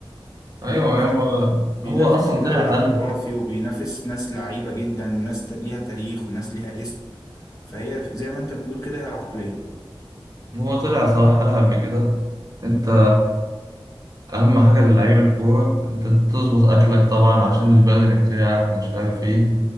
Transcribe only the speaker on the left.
بينافس
بينافس
في دوري
احترافي وبينافس ناس لعيبة جدا ناس ت- ليها تاريخ وناس ليها اسم فهي زي ما انت بتقول كده هي العقلية